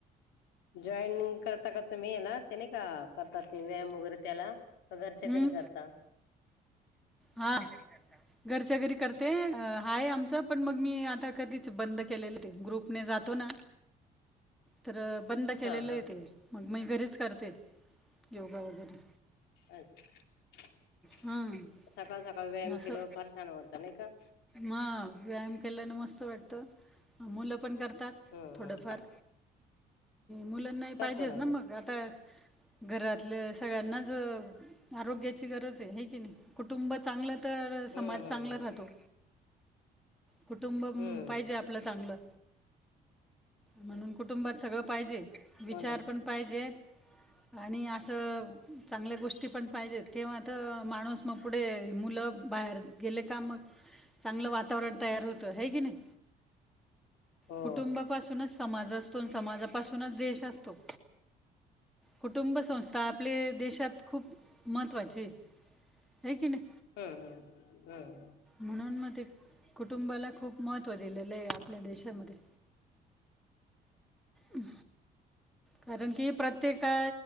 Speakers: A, on the left (about 90°); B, in the centre.
A: जॉईनइन करता करता मीयना ते नाही का करता ते व्यायाम वगैरे त्याला का घरच्या
B: हूं
A: घरी करता
B: हा घरच्या घरी कर ते हाय आमचं, पण मग मी आता कधीच बंद केलेलंय. ते ग्रुपने जातो ना तर बंद केलेलं
A: हा हा
B: य ते मग मी घरीच करते योगा वगैरे
A: अच्छा <unintelligible>
B: हां
A: सकाळ, सकाळ व्यायाम
B: असं
A: केल्यावर फार छानं वाटत नही का-
B: मग व्यायाम केल्यानं मस्त वाटतं, मुलं पण करतात
A: हम्म
B: थोडंफार
A: हम्म
B: मुलांना ही
A: करतो
B: पाहिजेच ना मग
A: करतो
B: आता घरातल्या सगळ्यांनाच आरोग्याची गरज हे की नाही कुटुंब चांगलं. तर समाज
A: हम्म हम्म
B: चांगला राहतो. कुटुंब म
A: हम्म
B: पाहिजे
A: हम्म
B: आपलं चांगलं. म्हणून कुटुंबात सगळ पाहिजे, विचार
A: हो ना
B: पण पाहिजेत. आणि असं, चांगल्या गोष्टी पण पाहिजेत. तेव्हा त माणूस मग पुढे, मुलं बाहेर गेले का मग. चांगलं वातावरण तयार होतं, हाय कि नाही.
A: हो
B: कुटुंबापासूनच समाज असतो, आण समाजापासूनच देश असतो. कुटुंब संस्था, आपले देशात खूप महत्त्व आहे. हय की नाही.
A: हं हं!
B: म्हणून मग ते कुटुंबाला खूप महत्त्व दिलेलंय, आपल्या देशामध्ये. ह् कारण कि प्रत्येका